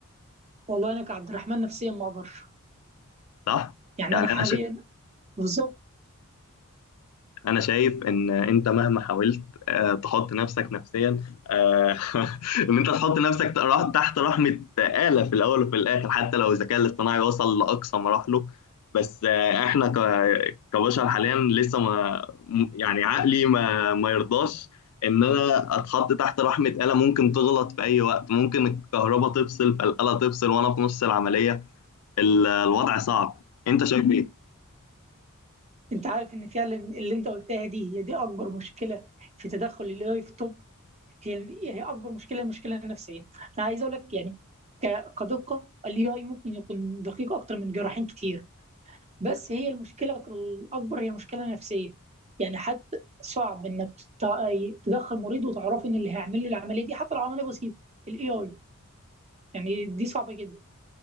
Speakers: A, on the right; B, on the left.
A: والله انا كعبد الرحمن نفسيا ما اقدرش
B: صح
A: يعني
B: يعني
A: انا حاليا
B: انا
A: بالظبط
B: انا شايف ان انت مهما حاولت آه، تحط نفسك نفسيا آه، <laughs> ان انت تحط نفسك تحت تحت رحمه آلة في الاول وفي الاخر حتى لو الذكاء الاصطناعي وصل لاقصى مراحله بس آه، احنا ك- كبشر حاليا لسه ما م- يعني عقلي ما ما يرضاش ان انا اتحط تحت رحمه آلة ممكن تغلط في اي وقت ممكن الكهرباء تفصل فالآلة تفصل وانا في نص العمليه ال- الوضع صعب انت شايف ايه؟
A: انت عارف ان فعلا اللي انت قلتها دي هي دي اكبر مشكله في تدخل الاي في الطب هي هي اكبر مشكله المشكله النفسيه انا عايز اقول لك يعني ك- كدقه الاي اي ممكن يكون دقيق اكتر من جراحين كتير بس هي المشكلة الأكبر هي مشكلة نفسية يعني حتى صعب إنك تت- تدخل مريض وتعرف إن اللي هيعمل له العملية دي حتى لو عملية بسيطة ال AI يعني دي صعبة جدا